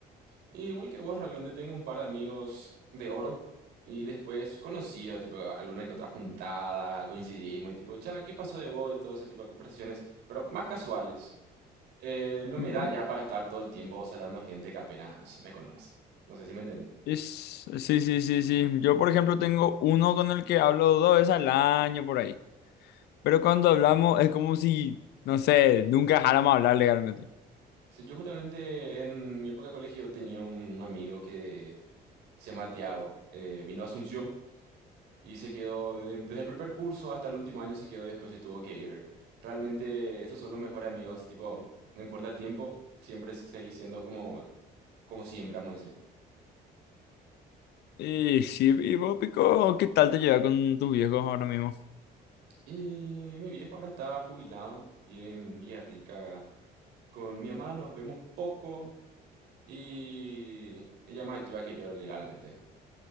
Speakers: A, on the right; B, on the left.
A: Y Igual que vos, realmente tengo un par de amigos de oro y después conocidos, tipo alguna que otra juntada, coincidimos y tipo, cha, ¿qué pasó de vos? Y todo ese tipo de conversaciones, pero más casuales. Eh, no me
B: Mm,
A: da ya para estar todo el tiempo saludando gente que apenas me conoce. No sé si me entiende.
B: Es, sí, sí, sí, sí. Yo, por ejemplo, tengo uno con el que hablo dos veces al año por ahí. Pero cuando hablamos es como si, no sé, nunca dejáramos hablar legalmente.
A: Sí, Yo justamente en mi época de colegio tenía un amigo que se llama Tiago, eh, vino a Asunción Y se quedó, de- desde el primer curso hasta el último año se quedó y después se tuvo que ir. Realmente esos son los mejores amigos, tipo, no importa el tiempo, siempre seguís siendo como, como siempre, vamos a decir.
B: Y sí, y vos, Pico, ¿qué tal te llevas con tus viejos ahora mismo?
A: Y mi viejo ahora está jubilado, vive en Villarrica. Con mi mamá nos vemos poco y ella es más activa que yo legalmente.